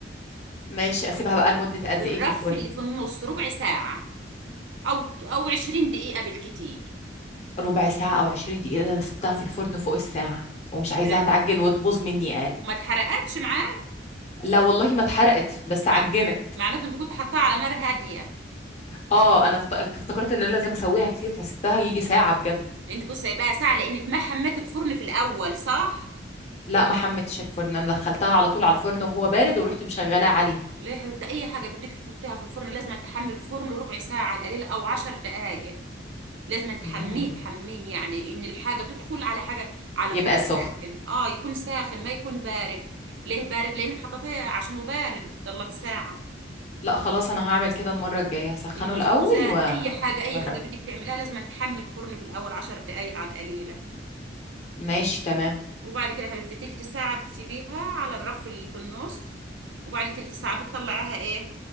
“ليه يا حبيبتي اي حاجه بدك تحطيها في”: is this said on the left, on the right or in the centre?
Right